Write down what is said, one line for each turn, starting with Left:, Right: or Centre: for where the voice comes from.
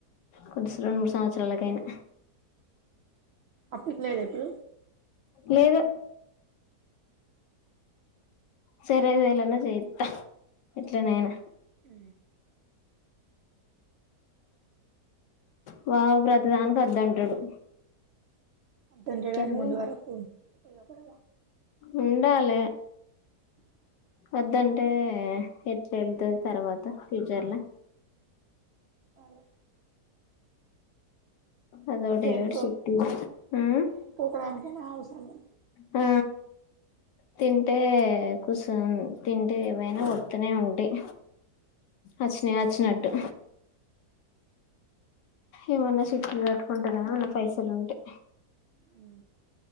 Left: కొంచెం రెండు మూడు సంవత్సరాలకయినా
Right: అప్పికలేదా ఇప్పుడు
Left: లేదు సరే ఐదువేలన్నా చేయిద్దా ఎట్లనేనా
Right: ఉ
Left: బావ ప్రతిదానికి వద్దంటడు
Right: అట్టంటాడని
Left: కానీ
Right: ముందు వరకు వరకుక్కడ
Left: ఉండాలే
Right: హమ్
Left: వద్దంటే ఎట్లా ఎళ్తది తర్వాత ఫ్యూచర్ లో
Right: అదే
Left: అదొకటి
Right: దేనికో
Left: ఇదొకటి చిట్టీలు ఉ
Right: దేనికో ఒకదానికైనా అవసరమే
Left: ఆ తింటే కూసోన్ తింటే ఏవైనా ఓడ్తనే ఉంటాయి అచినయ్ అచ్చినట్టు ఏమన్నా చిట్టీలు కట్టుకుంటున్నే ఏమన్నా పైసలు ఉంటేయి
Right: ఆ